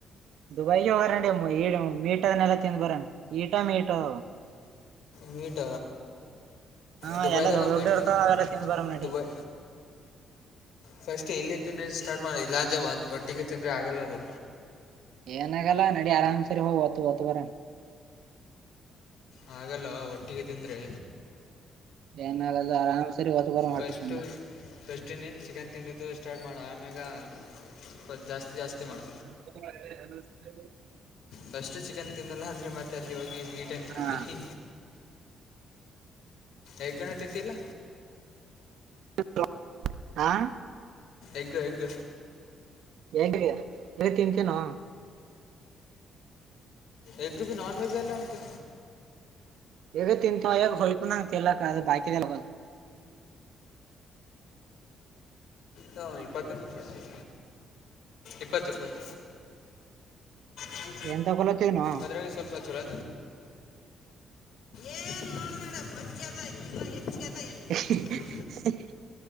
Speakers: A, on the right; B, on the left.
A: ದುಬೈಗೆ ಹೋಗಾರಡಿ ಈ ಮೀಟನೆಲ್ಲ ತಿಂದ್ ಬರನ್ ಈಟಾ ಮೀಟೊ.
B: ಮೀಟ
A: ಹಾ
B: ದುಬೈದಾಗ
A: ಎಲ್ಲ ದೊಡ್ಡ ದೊಡ್ಡ
B: ಮೀಟ್ ತಿನ್ನೋ
A: ಇರ್ತಾವ ಅವೆಲ್ಲ ತಿಂದ್ ಬರಮ್ ನಡಿ
B: ದುಬೈ. ಫಸ್ಟ್ ಎಲ್ಲಿ ತಿಂದ್ರೆ ಸ್ಟಾರ್ಟ್ ಮಾಡ ಇಲ್ಲಾಂದ್ರೆ ಒಟ್ಟಿಗೆ ತಿಂದ್ರೆ ಆಗಲ್ಲ ಅದು.
A: ಏನ್ ಆಗಲ್ಲಾ ನಡಿ ಆರಾಮ್ ಸರಿ ಹೋಗ್ ಓದ್ ಓದ್ ಬರನ್.
B: ಹಾಗಲ್ಲ ಒಟ್ಟಿಗೆ ತಿಂದ್ರೆ.
A: ಏನಾಗಲ್ಲ ಆರಾಮ್ ಸರಿ ಹೊತ್ತ ಬಾರಂ
B: ಫಸ್ಟು
A: ಹೊಟ್ಟೆ ತುಂಬಾ.
B: ಫಸ್ಟಿನೇನು ಚಿಕನ್ ತಿಂದಿದ್ದು ಸ್ಟಾರ್ಟ್ ಮಾಡೋ ಆಮ್ಯಾಗ ಸ್ವತ್ತು ಜಾಸ್ತಿ ಜಾಸ್ತಿ ಮಾಡೋ
A: <unintelligible>
B: ಫಸ್ಟ್ ಚಿಕನ್ ತಿನ್ನಲ್ಲ ಅಂದ್ರೆ ಮತ್ತೆ ಅಲ್ಲಿ ಹೋಗಿ ಮೀಟ್ ಏನ್ ತಿಂತೀವಿ
A: ಹಾ
B: ಯಾಕಣ್ಣ ತಿಂತಿಲ್ಲ
A: <unintelligible> ಹ
B: ಎಗ್ ಎಗ್
A: ಎಗ್ ತಿಂತಿನೋ
B: ಎಗ್ ಬಿ ನನ್ ವೆಜ್ ಇಲ್ಲ ಮತ್ತೆ
A: ಹೇಗ ತಿಂತವಗ ಹೊಲ್ಕು ನ ತಿಲ್ಲಾಕ್ ಅ <unintelligible>
B: ಹ ಇಪ್ಪತ್ತು ರೂಪಾಯಿ ಇಪ್ಪತ್ತು ರೂಪಾಯಿ ಹ <unintelligible>
A: ಏನ್ ತೊಗೊಲೋತಿನೋ
B: ಅದರಾಗ ಸ್ವಲ್ಪ ಚಲೋ ಏನು ನೋಡಬೇಡ ಹೊಂಚದ ಇನ್ನೂ ಹೆಚ್ಚಿಗೆ ಅದ
A: <inaudible>
B: ಹೆಚ್ಚಿಗೆ ಕೊಡು